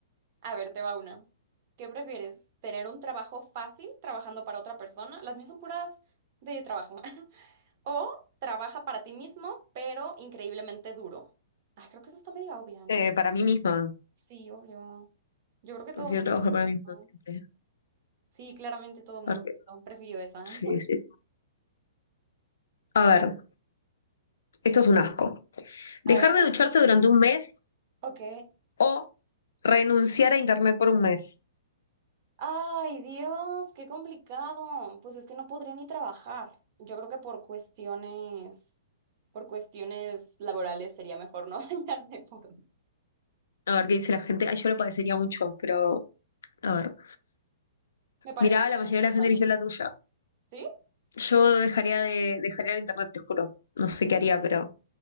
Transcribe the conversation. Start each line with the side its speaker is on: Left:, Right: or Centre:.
Right: A ver, te va una. ¿Qué prefieres? ¿Tener un trabajo fácil trabajando para otra persona? Las mías son puras de trabajo. <laughs> O trabaja para ti mismo, pero increíblemente duro. Ay, creo que eso está medio obvia, ¿no?
Left: Eh, para mí misma,
Right: Sí, obvio. Yo creo que
Left: prefiero
Right: todo el mundo
Left: trabajar
Right: contestó.
Left: para mí misma siempre.
Right: Sí, claramente todo el
Left: Porque-
Right: mundo contestó. prefirió esa.
Left: sí, sí. A ver, esto es un asco. Dejar
Right: <laughs> A ver.
Left: de ducharse durante un mes
Right: Ok.
Left: o renunciar a internet por un mes.
Right: Ay, Dios, qué complicado. Pues es que no podría ni trabajar. Yo creo que por cuestiones, por cuestiones laborales sería mejor no <laughs> bañarme por...
Left: A ver qué dice la gente. Ay, yo lo padecería mucho, pero a ver.
Right: Me parecería
Left: Mirá, la mayoría
Right: que
Left: de la gente
Right: van
Left: eligió
Right: de mí.
Left: la tuya.
Right: ¿Sí?
Left: Yo dejaría de, dejaría el internet, te juro. No sé qué haría, pero.